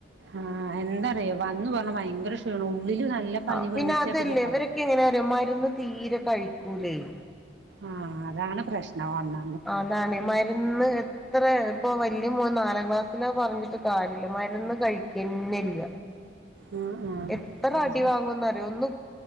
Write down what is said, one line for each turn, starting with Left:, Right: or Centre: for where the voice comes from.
Right: ആഹ് എന്താ അറിയോ വന്ന് പർണാ ഭയങ്കര ക്ഷീണും ഉള്ളിൽ നല്ല പനി
Centre: ആഹ് പിന്നെ
Right: പനിച്ച
Centre: അത് അല്ലെയ്
Right: പറയണ്ടോ
Centre: ഇവരൊക്കെ എങ്ങനെ അറിയോ മര്ന്ന് തീരെ കഴിക്കൂലെയ്
Right: ആഹ് അതാണ് പ്രശ്നം വന്ന
Centre: അതാണെയ് മര്ന്ന് എപ്പ് അത്ര ഇപ്പൊ വല്യ മോൻ നാലാം ക്ലാസ്സില് പറഞ്ഞിട്ട് കാര്യല്ല്യ മരുന്ന് കഴിക്കന്യേയില്ല
Right: ആ ആ
Centre: എത്ര
Right: അത്
Centre: അടി
Right: ശരി
Centre: വാങ്ങുന്നറിയോ ഒന്ന്